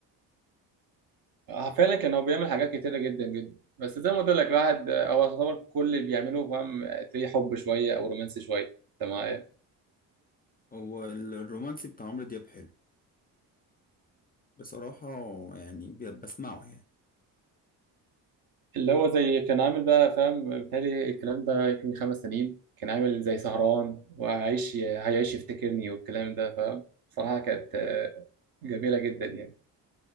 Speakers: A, on the right; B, on the left.
A: آه، فعلا كان هو بيعمل حاجات كتيرة جدا جدا بس زي ما قلت لك الواحد آه، هو يعتبر كل اللي بيعمله فاهم آه، تلاقيه حب شوية أو رومانسي شوية أنت معايا
B: هو ال- الرومانسي بتاع عمرو دياب حلو بصراحة يعني ب- بسمعه يعني
A: اللي هو زي كان عامل بقى فاهم بالتالي الكلام ده يمكن من خمس سنين كان عامل زي سهران وهيعيش هيعيش يفتكرني والكلام ده فاهم صراحة كانت آه، جميلة جدا يعني